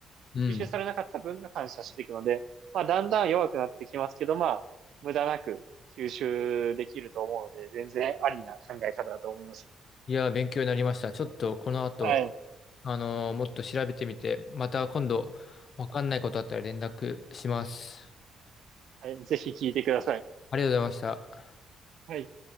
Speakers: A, on the left; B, on the right.
A: うん。
B: 吸収されなかった分が反射していくので、まあ、だんだん弱くなってきますけど、まあ、無駄なく吸収できると思うので、全然ありな考え方だと思いますね。
A: いやー、勉強になりました。ちょっとこの後、
B: はい。
A: あのーもっと調べてみて、また今度わかんないことあったら連絡します。
B: はい、ぜひ聞いてください。
A: ありがとうございました。
B: はい。